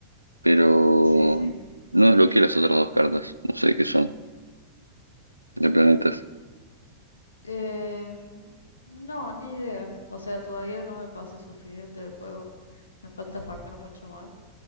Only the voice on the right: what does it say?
pero
no desbloqueé las otras dos cartas, no sé qué son, de planetas.